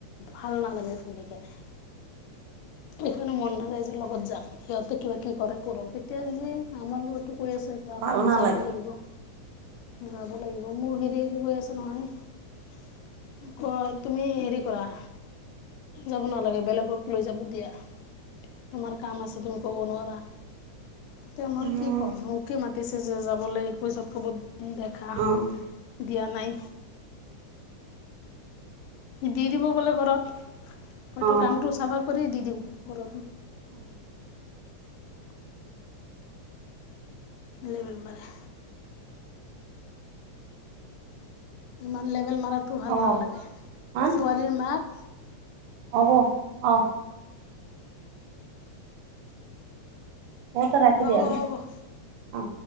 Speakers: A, on the left; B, on the right.
A: ভাল নালাগে শুনি কেনে সকাৰণে মন নাযায় যে লগত যাম সিহঁতে কিবা কি কৰে কৰো এতিয়া যে আমাৰ লগ কৈ আছে আপুনি
B: ভাল নালাগে।
A: যাব লাগিব। যাব লাগিব মোৰ গিৰিয়কে গৈ আছে নহয় ক তুমি হেৰি কৰা যাব নালাগে বেলেগক লৈ যাব দিয়া। তোমাৰ কাম আছে কব নোৱাৰা। তে মই
B: উম,
A: কি ক'ম মোকে মাতিছে যে যাবলৈ পইচত কব দেখা
B: আহ।
A: দিয়া নাই। দি দিব বোলে ঘৰত হয়তো
B: অ',
A: কামটো চাফা কৰি দি দিওঁ
B: অ
A: ঘৰত
B: <unintelligible>
A: লেবেল‌ মৰা। ইমান লেভেল মাৰটো ভাল
B: হ'ব
A: নালাগে
B: হা
A: ছোৱালীৰ মাক
B: হব, অ',। অ <unintelligible>
A: হ'ব হ'ব